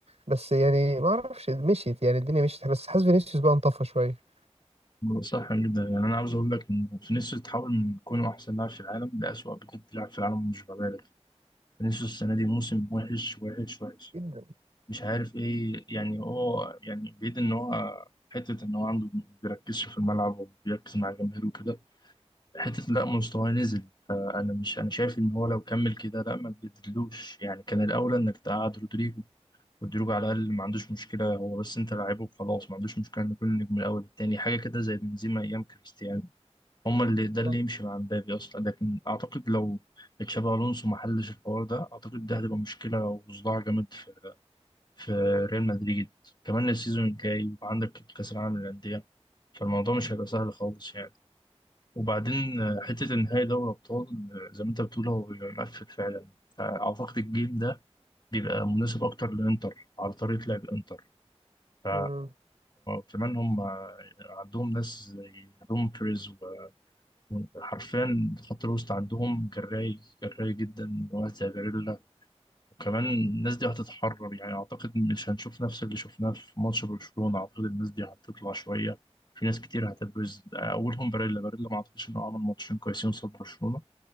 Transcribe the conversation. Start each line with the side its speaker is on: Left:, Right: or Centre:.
Right: بس يعني ما اعرفش مشيت يعني الدنيا مشيت بس حاسس فينيسيوس بقى انطفى شوية
Left: صح جدا يعني انا عاوز اقول لك ان فينيسيوس اتحول من كونه احسن لاعب في العالم لاسوأ بجد لاعب في العالم مش ببالغ فينيسيوس السنه دي موسم وحش وحش وحش
Right: جدا
Left: مش عارف ايه يعني هو يعني بعيد ان هو حته ان هو عنده بيركزش في الملعب وبيركز مع جماهيره وكده حتة لا مستواه نزل فأنا مش أنا شايف إن هو لو كمل كده لا ما تجددلوش يعني كان الأولى إنك تقعد رودريجو رودريجو على الأقل ما عندوش مشكلة هو بس أنت لاعبه وخلاص ما عندوش مشكلة إن كل نجم الأول التاني حاجة كده زي بنزيما أيام كريستيانو هما اللي ده اللي
Right: صح
Left: يمشي مع مبابي أصلا لكن أعتقد لو تشابي ألونسو ما حلش الحوار ده أعتقد ده هتبقى مشكلة وصداع جامد في, في ريال مدريد كمان السيزون الجاي وعندك كأس العالم للأندية فالموضوع مش هيبقى سهل خالص يعني. وبعدين آه، حتة النهائي دوري أبطال آه، زي ما أنت بتقول هو بيبقى مقفل فعلا فأعتقد الجيل ده بيبقى مناسب أكتر للإنتر على طريقة لعب الإنتر ف...
Right: مم.
Left: فكمان هم آه، عندهم ناس زي دومفريز و- وحرفيا خط الوسط عندهم جراي جراي جدا وقت جاريلا وكمان الناس دي هتتحرر يعني أعتقد مش هنشوف نفس اللي شفناه في ماتش برشلونة أعتقد الناس دي هتطلع شوية في ناس كتير هتبرز اولهم باريلا باريلا ما اعتقدش انه عمل ماتشين كويسين قصاد برشلونه